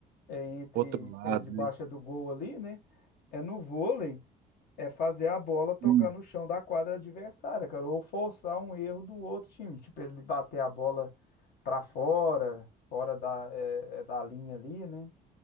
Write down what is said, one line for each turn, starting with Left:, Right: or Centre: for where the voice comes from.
Left: é, entre
Right: Outro lado,
Left: é, debaixo
Right: né?
Left: é do gol ali, né? É no vôlei, é fazer a bola tocar
Right: Hum.
Left: no chão da quadra adversária, cara, ou forçar um erro do outro time, tipo ele bater a bola para fora, fora da, é, é, da linha ali, né?